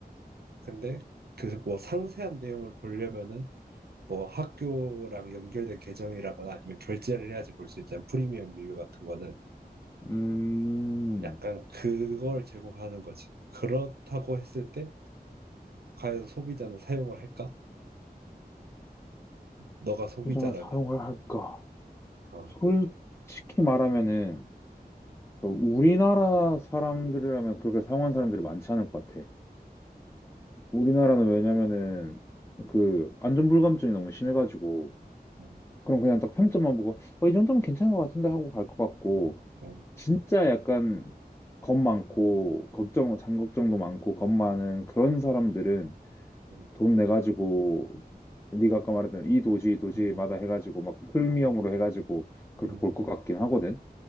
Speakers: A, on the right; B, on the left.
A: 근데 그 뭐 상세한 내용을 보려면은 뭐 학교랑 연결된 계정이라거나 아니면 결제를 해야지 볼 수 있잖아. 프리미엄 리뷰 같은 거는
B: 음,
A: 약간 그걸 제공하는 거지. 그렇다고 했을 때 과연 소비자는 사용을 할까? 너가 소비자라면.
B: 포장 사용을 할까?
A: 어,
B: 솔직히 말하면은, 그 우리나라 사람들이라면 그렇게 사용한 사람들이 많지 않을 것 같아. 우리나라는 왜냐면은, 그, 안전불감증이 너무 심해가지고,
A: 음,
B: 그럼 그냥 딱 평점만 보고, 어, 이 정도면 괜찮은 것 같은데 하고 갈 것 같고,
A: 음, 음,
B: 진짜 약간, 겁 많고, 걱정, 장걱정도 많고, 겁 많은 그런 사람들은
A: 음,
B: 돈 내가지고, 네가 아까 말했던 이 도시, 도시마다
A: 음,
B: 해가지고, 막 프리미엄으로 해가지고, 그렇게
A: 음.
B: 볼 것 같긴 하거든.